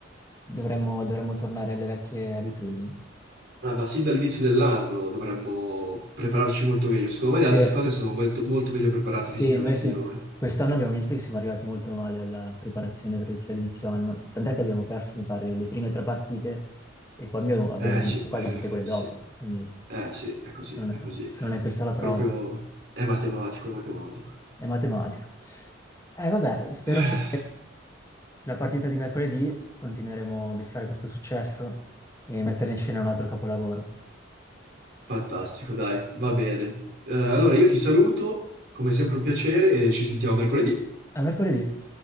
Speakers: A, on the left (about 15°); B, on the right (about 55°).
A: dovremmo, dovremmo tornare alle vecchie abitudini.
B: Ah, ma sin dall'inizio dell'anno dovremmo prepararci molto meglio. Secondo me
A: Sì,
B: le altre squadre sono molto, molto meglio preparate
A: Sì,
B: fisicamente
A: noi se-
B: di noi.
A: quest'anno abbiamo visto che siamo arrivati molto male alla preparazione atletica di inizio anno, tant'è che abbiamo perso, mi pare, le prime tre partite e poi abbiamo, abbiamo
B: Eh
A: vinto
B: sì,
A: quasi tutte quelle
B: sì,
A: dopo, quindi
B: eh sì, è così,
A: se non è,
B: è così.
A: se non è questa la prova,
B: Proprio è matematico, è matematico.
A: è matematico. Eh, vabbè, spero
B: Eh,
A: che la partita di mercoledì continueremo a bissare questo successo e mettere in scena un altro capolavoro.
B: fantastico, dai, va bene. Eh, allora io ti saluto, come sempre un piacere e ci sentiamo mercoledì.
A: A mercoledì!